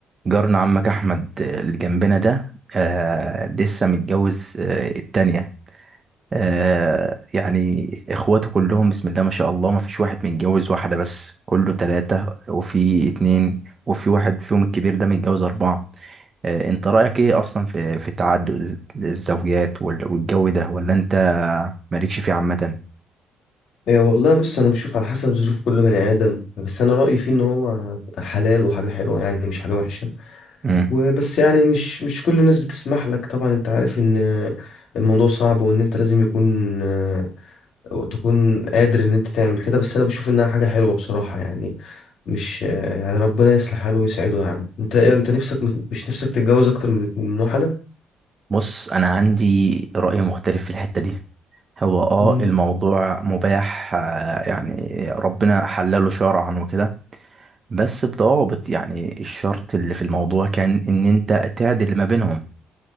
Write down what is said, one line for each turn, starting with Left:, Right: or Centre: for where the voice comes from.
Right: جارنا عمك احمد اللي جنبنا ده آه لسه متجوز آه التانية آه يعني اخواته كلهم بسم الله ما شاء الله ما فيش واحد متجوز واحدة بس كله تلاتة وفي اتنين وفي واحد فيهم الكبير ده متجوز اربعة آه انت رأيك ايه اصلا في في تعدد الز- الزوجات وال- والجو ده ولا انت مالكش فيه عامة؟
Left: إيه والله بص انا بشوف على حسب ظروف كل بني ادم بس انا رايي فيه ان هو حلال وحاجه حلوه يعني مش حاجه وحشه
Right: مم.
Left: وبس يعني مش مش كل الناس بتسمح لك طبعا انت عارف ان الموضوع صعب وان انت لازم يكون آه، تكون قادر ان انت تعمل كده بس انا بشوف انها حاجه حلوه بصراحه يعني مش آه، يعني ربنا يصلح حاله ويسعده يا عم انت إيه- انت نفسك مش نفسك تتجوز اكتر من من واحده
Right: بص انا عندي رأي مختلف في الحتة دي هو اه
Left: مم،
Right: الموضوع مباح آه، يعني ربنا حلله شرعا وكده بس بضوابط يعني الشرط اللي في الموضوع كان ان انت تعدل ما بينهم